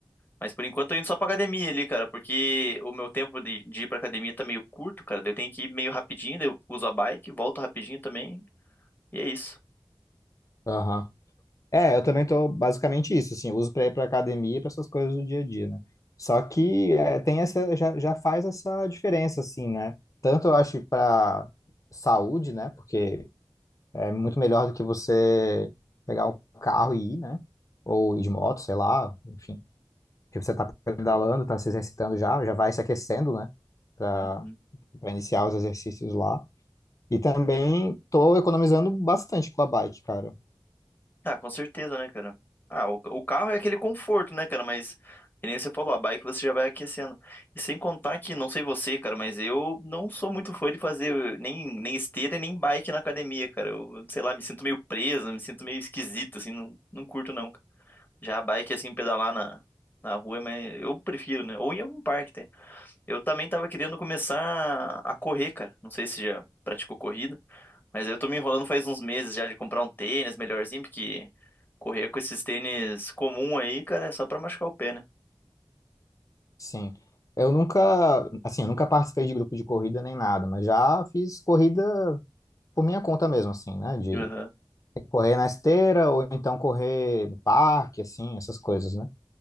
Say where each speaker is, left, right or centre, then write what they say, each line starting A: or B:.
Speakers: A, on the left (about 20°); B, on the left (about 40°).
A: Mas por enquanto eu tô indo só pra academia ali, cara, porque o meu tempo de, de ir pra academia tá meio curto, cara. daí Eu tenho que ir meio rapidinho, daí eu uso a bike, volto rapidinho também, e é isso.
B: aham. É, eu também tô basicamente isso, assim, eu uso para ir para academia e para essas coisas do dia a dia, né? Só que é, tem essa, já, já faz essa diferença, assim, né? Tanto eu acho para saúde, né? Porque É muito melhor do que você pegar o carro e ir, né? Ou ir de moto, sei lá, enfim. Porque você tá pedalando, tá se exercitando já, já vai se aquecendo, né? Pra,
A: Uhum.
B: pra iniciar os exercícios lá. E também tô economizando bastante com a bike, cara.
A: Ah, com certeza, né, cara? Ah, o, o carro é aquele conforto, né, cara? Mas, que nem você falou, a bike você já vai aquecendo. E sem contar que, não sei você, cara, mas eu não sou muito fã de fazer nem, nem esteira e nem bike na academia, cara. Eu, sei lá, me sinto meio preso, me sinto meio esquisito, assim, não, não curto, não. Já a bike, assim, pedalar na, na rua, mas eu prefiro, né? Ou em algum parque, tem. Eu também tava querendo começar a correr, cara. Não sei se já praticou corrida, mas eu tô me enrolando faz uns meses já de comprar um tênis melhorzinho, porque correr com esses tênis comum aí, cara, é só pra machucar o pé, né?
B: Sim. Eu nunca, assim, eu nunca participei de grupo de corrida nem nada, mas já fiz corrida por minha conta mesmo, assim, né? De
A: Aham,
B: correr na esteira ou então correr no parque, assim, essas coisas, né?